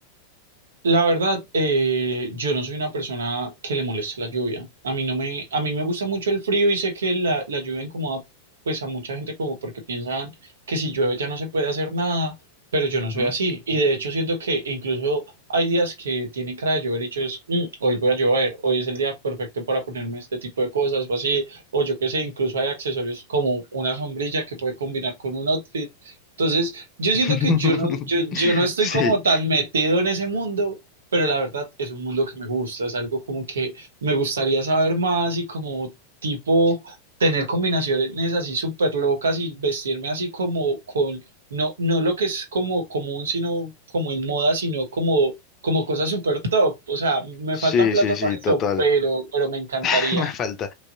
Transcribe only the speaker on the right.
La verdad, eh, yo no soy una persona que le moleste la lluvia. A mí no me, a mí me gusta mucho el frío y sé que la, la lluvia incomoda pues a mucha gente como porque piensan que si llueve ya no se puede hacer nada, pero yo no
soy así. Y de hecho siento que incluso hay días que tiene cara de llover y yo es, "Mm, hoy voy a llover, hoy es el día perfecto para ponerme este tipo de cosas o así, o yo qué sé, incluso hay accesorios como una sombrilla que puede combinar con un outfit. Entonces, yo siento
que yo no, yo, yo no estoy
como tan metido en ese mundo, pero la verdad es un mundo que me gusta, es algo como que me gustaría saber más y como tipo tener combinaciones así súper locas y vestirme así como con, no, no lo que es como común, sino como en moda, sino como, como cosas súper top. O sea, me
falta plata
para
eso, pero, pero me encantaría.